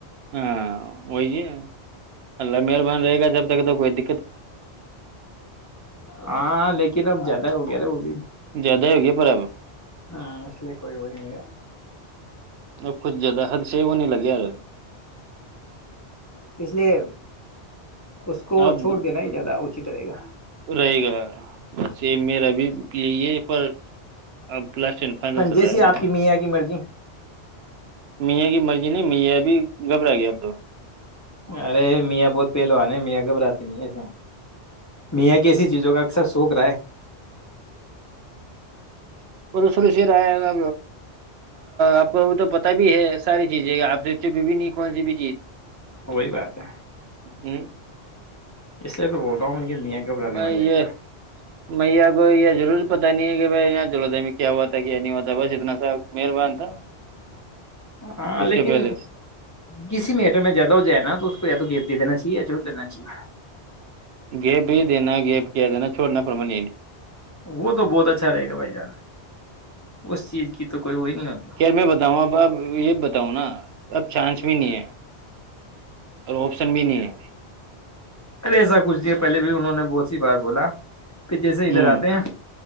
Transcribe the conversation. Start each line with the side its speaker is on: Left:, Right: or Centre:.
Right: ہاں وہی ج اللہ مہربان رہے گا جب جگ تو کوئی د
Left: ہاں لیکن اب زیادہ نہیں ہو گ رے وہ بھی
Right: زیادہ ہی ہوگیا پرب
Left: ہاں اس لیے کوئی وہ نہیں رہا
Right: ا کچھ زیادہ حد سے وہ نہیں لگے یار
Left: اس لیے اس کو
Right: اب
Left: چھوڑ دینا ہی زیادہ رہے گا
Right: رہے گا بس یہ میرا بھی یہی ہے پر اب لاسٹ اینڈ فائنل
Left: پن
Right: چل
Left: جیسی
Right: رہا ہے
Left: آپ کی میاں کی مرضی
Right: میاں کی مرضی نہیں میاں ابھی گھبرا گیا اب تو
Left: ارے میاں بہت پہلوان ہے میاں گھبراتی نہیں ایسے میاں کسی چیزوں کا اثر سوک رہا ہے
Right: سرایا آپ کو تو پتا بھی ہے ساری چیزیں آپ چ بھی نہیں کون سی بھی چیز
Left: وہی بات ہے
Right: ہ
Left: اس لیے تو بول رہا ہوں م کے لیا کب لاننے
Right: بھائی
Left: والے
Right: یہ
Left: ہے کیا
Right: میا کو یہ ضرور پتا نہیں ہے کہ بھائی یہاں جلدھائی میں کیا ہوا تھا کیا نہیں ہوا تھا بس اتنا سا مہربان تھا
Left: ہاں
Right: اس
Left: لیکن
Right: کے پہلے
Left: کسی میٹر میں زیادہ ہو جائے نا تو اس کو زیادہ تو گیپ دے دینا چاہیے یا چھوڑ دینا چاہیے
Right: گیپ ہی دینا گیپ کیا دینا چھڑنا پرمل
Left: وہ تو بہت اچھا رہے گا بھائی جان اس چیز کی تو کوئی وہی نہیں ہوتی
Right: یار میں بتاؤں اب اب یہ بھی بتاؤں نا اب چانس بھی نہیں ہے اور آپشن بھی نہیں ہے <inaudible>
Left: ارے ایسا کچھ ج پہلے بھی انہوں نے بہت ہیی بار بولا پھر جیسے
Right: ہ
Left: ادھر آتے ہیں